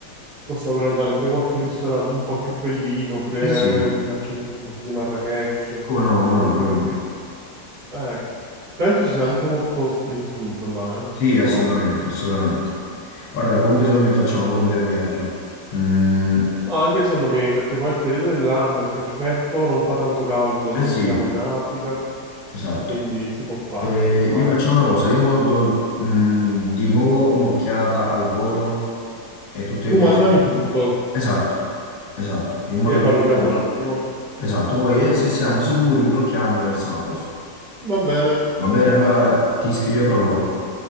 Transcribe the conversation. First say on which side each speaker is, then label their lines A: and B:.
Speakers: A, on the right (about 75°); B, on the left (about 60°).
A: Possiamo prenotare pure qualche ristorante un po' più bellino, pure
B: eh sì,
A: eh, al centro di, di Marrakesh,
B: come no, come
A: anche
B: no, come
A: perché
B: no.
A: eh, penso ci sia anche molto street food là, eh,
B: Sì, assolutamente,
A: o no?
B: assolutamente. Guarda, comunque secondo me facciamo proprio un bel viaggio. Mm,
A: No, anche secondo me, perché poi il periodo dell'anno è perfetto, non fa tanto caldo dato
B: eh
A: che
B: sì,
A: siamo in Africa,
B: esatto.
A: quindi si può fare,
B: Eh,
A: si può fare.
B: io facciamo una cosa, io mo do mm, di nuovo un'occhiata al volo e tutte
A: Tu
B: queste
A: mandami
B: cose
A: tutto
B: qui. Esatto, esatto, in modo
A: e valutiamo
B: che...
A: un attimo.
B: Esatto, poi eh, se siamo sicuri blocchiamo e siamo a posto.
A: Va bene.
B: Va bene, allora ti scrivo fra poco.